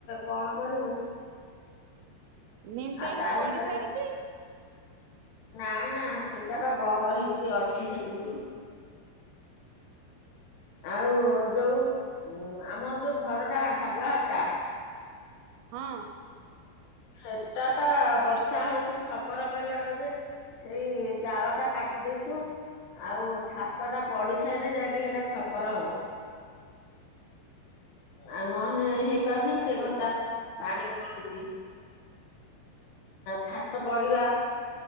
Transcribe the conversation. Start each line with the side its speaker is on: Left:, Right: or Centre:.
Left: କଣ କରିବୁ?
Right: ନିଣ୍ଟେଲି
Left: ଆ ତା
Right: ପଢି
Left: ଭିତରେ
Right: ସାରିଛି
Left: ନା ନା ସେଇଟା ବା ବନ୍ଦ ହେଇଛି ଅଛି ସେତିକିରୁ ଆଉ ଯୋଉ ଉଁ ଆମ ଯୋଉ ଘରଟା ଢାଗୁଆ ଘରଟା
Right: ହଁ
Left: ସେଟାପା ବର୍ଷା ହଉଚି ଛପର କରିବାକୁ ଯେ, ସେଇ ଚାଳଟା କାଟି ଦେଇଚୁଁ ଆଉ ଛାତ ଟା ପଡିସାଇନେ ଯାଇକି ହେଟା ଛପର ହବ। ଆଉ ନହେନେ ହେଇପାରୁନି ସେ ଘରଟା
Right: ହଁ
Left: ପାଣି ଗଳୁଛି।
Right: <inaudible>
Left: ଛାତ ପଡିବା,